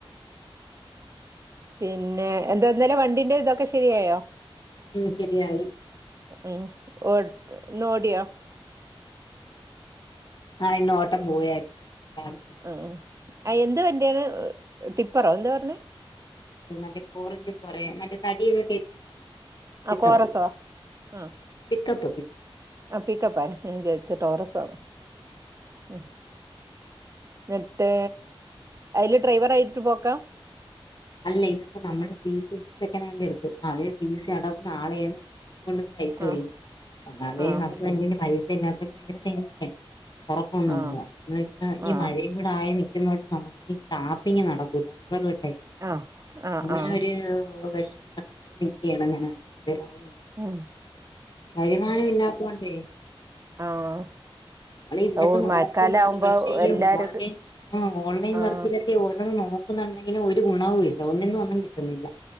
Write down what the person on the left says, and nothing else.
ഉം ശരിയായി
ആഹ് ഇന്ന് ഓട്ടം പോയരുന്നു <unintelligible>
മറ്റേ പോറിട്ടിപ്പറേ മറ്റേ <unintelligible> കേറ്റുന്ന പിക്കപ്പ്‌
പിക്കപ്പ പി
അല്ല ഇതിപ്പോ നമ്മള് സി സി സെക്കൻ് ഹാൻഡ് എടുത്തു അവര് സി സി അടവ് നാളെയാണ് അതുകൊണ്ട് പൈസ പിടിക്കും.
ഒന്നാതെ
ഹസ്ബന്റിന് പൈസ ഇല്ലാ ത്തെ ഭയങ്കര ടെൻഷൻ ഉറക്കൊന്നുല്ല
എന്നുവെച്ചാ ഈ
മഴയ ഇവിടെ ആയി നിൽക്കുന്നോട്ടും നമുക്ക് ഈ ടാപ്പിങ്ങ് നടക്കൂല റബ്ബറ് വെട്ടേ
അങ്ങനെ
ഒരു <unintelligible> ഇരിക്ക്യാണ് അങ്ങനെ എന്തേലും ആവോന്ന്
വരുമാനം ഇല്ലാത്തോണ്ടേ
നമ്മൾ ഇതിലൊക്കെ
നോക്കുന്നുണ്ട്
പക്ഷേ ഈ
ഓൺലൈൻ ഓൺലൈൻ
വർക്കില് റ്റ് ഓരോന്നും നോക്കുന്നുണ്ടെങ്കിലും ഒരു ഗുണവൂ ഇല്ല ഒന്നിന്നും ഒന്നും കിട്ടുന്നില്ല